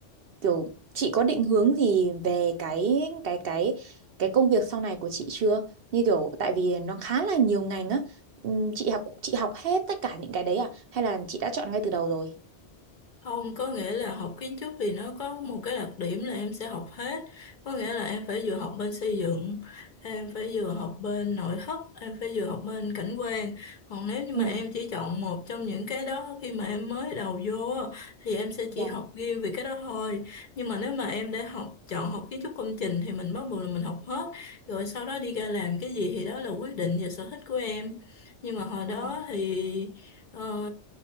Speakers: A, on the right; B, on the left.
A: kiểu chị có định hướng gì về cái cái cái cái công việc sau này của chị chưa? Như kiểu tại vì nó khá là nhiều ngành á. Ừm, Chị học chị học hết tất cả những cái đấy à hay là chị đã chọn ngay từ đầu rồi?
B: Không có nghĩa là học kiến trúc thì nó có một cái đặc điểm là em sẽ học hết. Có nghĩa là em phải vừa học bên xây dựng, em phải vừa học bên nội thất, em phải vừa học bên cảnh quan. Còn nếu như mà
A: Ừ,
B: em chỉ chọn một trong những cái đó khi mà em mới đầu vô á, thì em sẽ
A: dạ.
B: chỉ học riêng về cái đó thôi. Nhưng mà nếu mà em đã học chọn học kiến trúc công trình thì mình bắt buộc là mình học hết. Rồi sau đó đi ra làm cái gì thì đó là quyết định và sở thích của em. Nhưng mà hồi
A: Ờ,
B: đó thì Ờ,